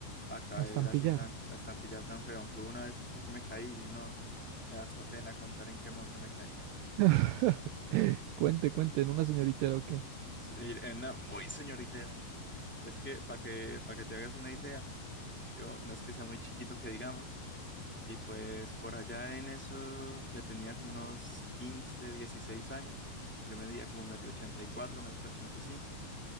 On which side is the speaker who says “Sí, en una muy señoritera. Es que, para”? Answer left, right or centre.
Centre